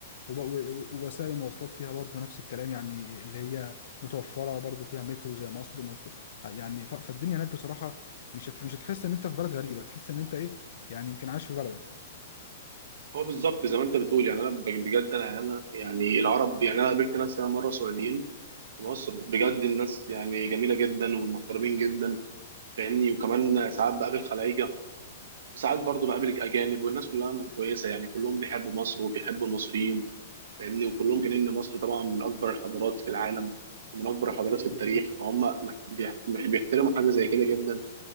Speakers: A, on the left; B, on the right.
A: وب- و- و- ووسائل المواصلات فيها برضه نفس الكلام يعني اللي هي متوفره برضه فيها مترو زي مصر مست- يعني ف... فالدنيا هناك بصراحه مش هت... مش هتحس ان انت في بلد غريبه تحس ان انت ايه يعني يمكن عايش في بلدك
B: هو بالظبط زي ما انت بتقول يعني انا بج- بجد انا انا يعني العرب يعني انا قابلت ناس انا مره سعوديين في مصر بجد الناس يعني جميله جدا ومحترمين جدا فاهمني وكمان ساعات بقابل خلايجه وساعات برضو بقابل اجانب والناس كلها كويسه يعني كلهم بيحبوا مصر وبيحبوا المصريين فاهمني وكلهم كان ان مصر طبعا من اكبر الحضارات في العالم ومن اكبر الحضارات في التاريخ
A: بالظبط
B: فهم مح- بيح- بيحترموا حاجه زي كده جدا